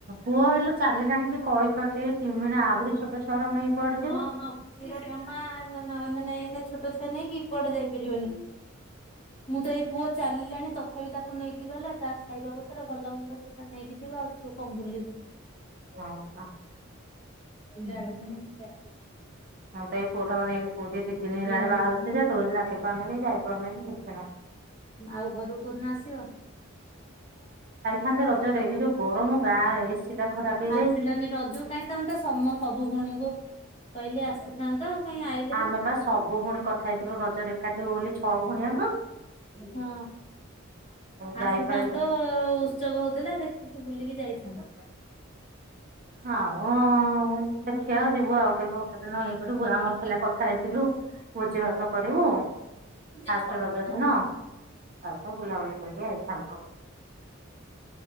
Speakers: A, on the right (about 45°); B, on the left (about 30°).
A: ପୁଅ ହେଲେ ଚାଲିଲାଣିକି କହିପାରୁଚି କି ଟିମିଣି ଆହୁରି ଛୋଟ ଛୁଆ ଛୁଆଆରାଙ୍କୁ ନେଇ କୁଆଡେ ଯିବୁ।
B: ହଁ ହଁ ଏଇରା ଜମା ଆଣ ନା ମାନେ ଏଇନେ ଛୋଟ ଛୁଆ ନେଇକି କୁଆଡେ ଯାଇପାରିବନି ମୁଁ ତ ଏଇ ପୁଅ ଚାଲିଲାଣି ତଥାପି ତାକୁ ନେଇକି ଗଲେ ତା ଖାଇବା ପତ୍ର ଭଲ ମନ୍ଦ ତ ତା ନେଇକି ଯିବ ଆଉ ତୁ କଣ ବୁଲିବୁ।
A: ଉଁ ହୁଁ।
B: ପିଲା ରହିବେନି ପିଲା
A: ହଁ <unintelligible> ପୁଅ ଟା କୁ ନେଇକି ପୁରୀ ଦି ଦିନି ହେଲାଣି
B: ଦେଇ ମେଡିସିନ
A: ବାହାରୁଚି
B: ଖାଇଲା
A: ଯେ ଡୋରି ଲାଗିପାରୁନି କି ଯାଇପାରୁନି କି କିଛିନା
B: ଆଉ ଘରକୁ କୋଉଦିନ ଆସିବ?
A: ଥାନ୍ତି ରଜରେ ଏ ଯୋଉ ଗରମ ଗାଁରେ ଏସି ଟା ଖରାପ ହେଇଯାଇଛି।
B: ଆସିଲନି ରଜକୁ କାଇଁ ତମେ ତ ସମ ସବୁ ଭଉଣୀଙ୍କୁ କହିଲି ଆସିଥାନ୍ତ। କାଇଁ ଆଇଲେନି।
A: ଆମେ ପା ସବୁ ଭଉଣୀ କଥା ଖାଇଥିଲୁ ରଜରେ ଏକାଠି ହଉ ବୋଲି ଛଅ ଭଉଣିଆଙ୍କ।
B: ହୁଁ
A: ଯାଇପାଇଲୁ
B: ଆସିଥାନ୍ତ ଉତ୍ସବ ହଉଥିଲା ଦେଖିକି ବୁଲିକି ଯାଇ ଥାନ୍ତ।
A: ଆଉ
B: ହଁ
A: ଦେଖିଆ ଯିବୁ ଆଉ କେବେ ଗୋଟେ ଦିନ ଇଏ କରିବୁୁ ମର ଥିଲେ କଥା ହେଇଥିଲୁ ଭୋଜି ଭାତ କରିବୁ।
B: <inaudible> ଦେଇ
A: ଫାଷ୍ଟ
B: ବାହାରୁକୁ
A: ରଜ ଦିନ ତାପରେ ବୁଲାବୁଲି କରିକି ଆଇଥାନ୍ତୁ।